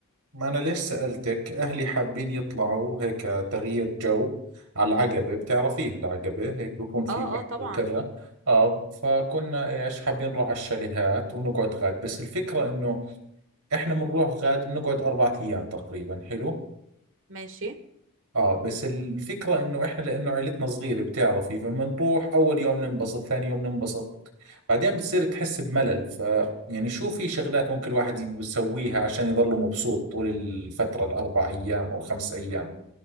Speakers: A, on the right; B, on the right.
A: ما أنا ليش سألتك أهلي حابين يطلعوا هيك تغيير جو على العقبة بتعرفيها العقبة هيك بكون في
B: اه
A: بحر
B: اه طبعا
A: وكذا آه فكنا إيش حابين نروح على الشاليهات ونقعد غاد بس الفكرة إنه إحنا بنروح غاد بنقعد أربعة أيام تقريبا حلو
B: ماشي
A: اه بس الفكرة انه احنا لانه عيلتنا صغيرة بتعرفي فبنروح اول يوم ننبسط ثاني يوم ننبسط بعدين بتصير تحس بملل ف يعني شو في شغلات ممكن الواحد يسويها عشان يضله مبسوط طول الفترة الاربع ايام او خمس ايام